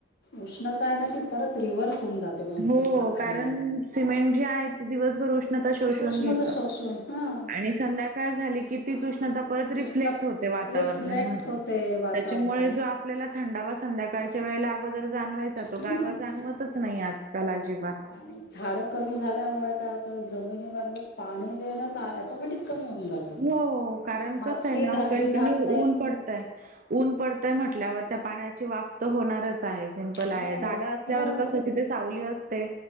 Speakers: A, on the left (about 60°); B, on the right (about 45°).
A: उष्णता आहे ना ती परत रिव्हर्स होऊन जाते मग
B: हो
A: एक प्रकारे
B: कारण सिमेंट जे आहे ते दिवसभर उष्णता शोषून
A: उष्णता
B: घेत
A: शोषून हा
B: आणि संध्याकाळ झाली की तीच उष्णता परत रिफलेक्ट
A: उष्णता
B: होते वातावरणामध्ये
A: रिफ्लेक्ट होते वातावरणात
B: त्याच्यामुळे जो आप आपल्याला थंडावा संध्याकाळच्या वेळेला अगोदर जाणवायचा तो
A: हम्म
B: गारवाचं जाणवतच नाही आजकाल अजीबात
A: आणि झाड कमी झाल्यामुळे काय होतं जमिनीमधलं पाणी जे हाय ना ते ॲटोमॅटिक कमी होऊन जातं.
B: हो कारण
A: माती
B: कसंय ना
A: धरली
B: कंटिन्यू
A: जात नाही
B: ऊन पडतय ऊन पड तय म्हटल्यावर त्या पाण्याची वाफ तर होणारच आहे सिमपल
A: हो
B: आहे झाड
A: हो
B: असल्यावर कस तिथेचं सावली असते